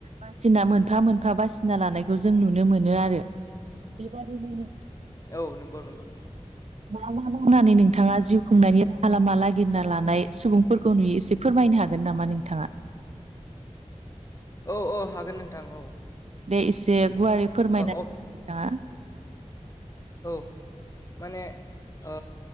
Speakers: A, on the right; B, on the left.
A: बासिना मोनफा मोनफा बासिना लानायखौ जों नुनो मोनो आरो बेबायदिनो
B: औ नंगौ नंगौ नंगौ।
A: मा मा मावनानै नोंथाङा जिउ खुंनायनि राहा लामा नागिरना लानाय सुबुंफोरखौ नुयो एसे फोरमायनो हागोन हागोन नामा नोंथाङा?
B: औ औ हागोन नोंथां औ
A: दे एसे गुवारै फोरमायना नोंथाङा
B: ओ औ माने ओ